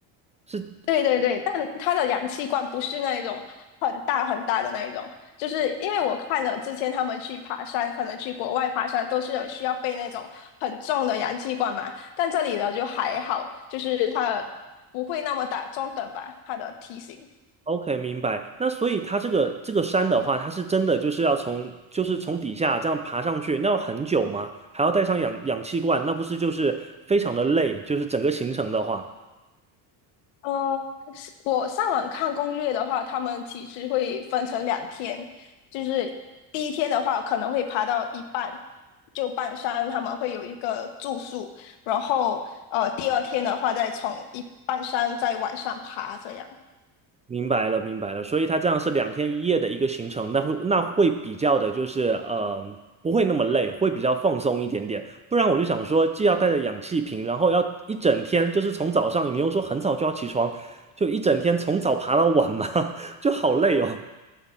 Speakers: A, on the right (about 15°); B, on the left (about 80°).
A: 是
B: 对对对，但它的氧气罐不是那一种很大很大的那一种，就是因为我看了之前他们去爬山，可能去国外爬山都是有需要背那种很重的氧气罐嘛，但这里的就还好，就是它不会那么大，中等吧，它的体型。
A: OK，明白。那所以它这个这个山的话，它是真的就是要从就是从底下这样爬上去，那要很久吗？还要带上氧氧气罐，那不是就是非常的累？就是整个行程的话，
B: 呃，是我上网看攻略的话，他们其实会分成两天，就是第一天的话可能会爬到一半，就半山他们会有一个住宿，然后呃第二天的话再从一半山再往上爬这样。
A: 明白了，明白了。所以它这样是两天一夜的一个行程，那会那会比较的就是呃不会那么累，会比较放松一点点。不然我就想说，既要带着氧气瓶，然后要一整天，就是从早上你又说很早就要起床，就一整天从早爬到晚嘛，<laughs> 就好累哦。